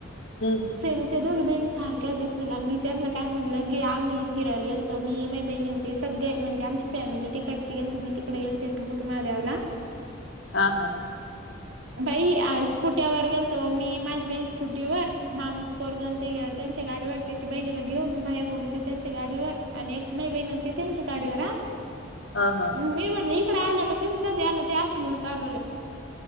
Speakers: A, on the left; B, on the right.
A: हम्.
B: सेम त्या दोघी बहिणी सारख्या आहे दिसायला मी त्यांना काय म्हणलं ग आमही फिरायला गेलो तर मी मी बहिणी सगळे म्हणजे आमची फॅमिली तिकडची गे मी तिकडे गेलते मोठे महादेवला... रिकामा ऑडिओ
A: हा हा.
B: बाई आहेस कुठे वर गेलं त मी माझी बहीण स्कुटीवर मामाचं पोरगन ते त्यांच्या गाडीवर त्याच्या बहिणीला घेऊन भाया बून... तें त्यांच्या गाडीवर आणि एक मै बहिण त्यांच्या गाडीवर हा...
A: हा हा
B: मी म्हणले इकडे आल्या का तुम्ही कधी आला ते आश म्हणून कालवला..